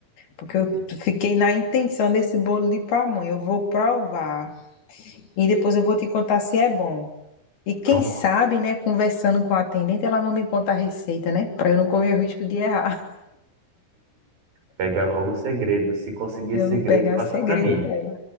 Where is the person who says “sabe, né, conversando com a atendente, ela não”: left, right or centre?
Left